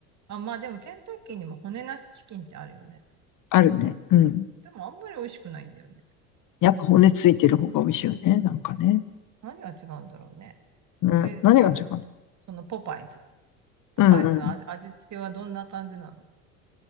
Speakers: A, on the right; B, on the left.
A: あ、まあでもケンタッキーにも骨なしチキンってあるよね。
B: あるね。うん。
A: でもあんまり美味しくないんだよね。
B: やっぱ骨ついてる方が美味しいよね。なんかね。
A: 何が違うんだろうね。
B: うん。
A: で、
B: 何が違うか
A: なんだっけ、そのポパイズ。ポパイズの味、
B: なうんうん。
A: 味付けはどんな感じなの